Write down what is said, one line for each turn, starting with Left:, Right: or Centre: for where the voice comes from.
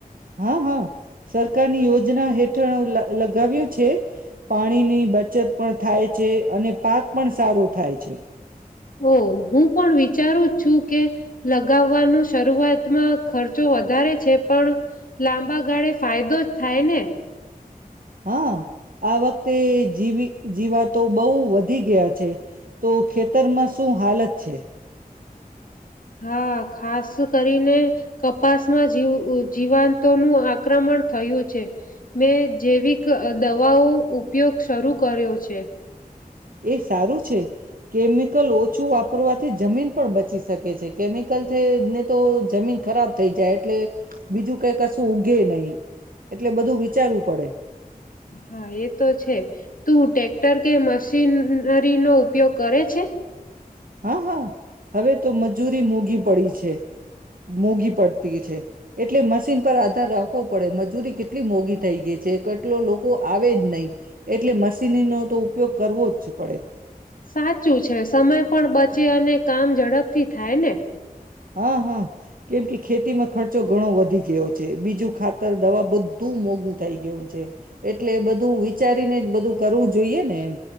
Right: હા હા. સરકારની યોજના હેઠ ઠણું લ લગાવ્યું છે. પાણીની બચત પણ થાય છે. અને પાક પણ સારો થાય છે.
Left: હો. હું પણ વિચારું જ છું કે લગાવવાનું શરૂઆતમાં ખર્ચો વધારે છે. પણ લાંબા ગાળે ફાયદો જ થાય ને.
Right: હા આ વખતે જીવી જીવાતો બઉ. વધી ગયા છે. તો ખેતરમાં શું હાલત છે.
Left: હા ખાસ કરીને કપાસ. મા જીવ જીવાંત તો નું આક્રમણ થયું છે. મેં જૈવિક દવાઓ ઉપયોગ શરૂ કર્યો છે.
Right: એ સારું છે. કેમિકલ ઓછું આપ વાપરવાથી જમીન પણ બચી શકે છે. કેમિકલ થી ને તો જમીન ખરાબ થઈ જાય એટલે. બીજું કઈ કશું ઊગે નહી. એટલે બધું વિચારવું પડે.
Left: હા એ તો છે તું ટેક્ટર કે મશીનરીનો ઉપયોગ કરે છે?
Right: હા, હા હવે તો મજૂરી મોઘી પડી છે. મોઘી પડતી છે. એટલે મશીન પર આધાર રાખવો પડે મજૂરી કેટલી મોઘી. થઈ ગઈ છે. કેટલો લોકો આવે જ નહી. એટલે મશીન ન તો ઉપયોગ કરવો જ છે પડે.
Left: સાચું છે સમય પણ બચે અને કામ ઝડપથી થાય ને.
Right: હા હા કેમ કે ખેતીમાં ખ ર્ચો ઘણો વધી ગયો છે બીજું ખાતર દવા બધું મોંઘું થઈ ગયું છે. એટલે બધું વિચારીને બધું કરવું જોઈએ ને એમ.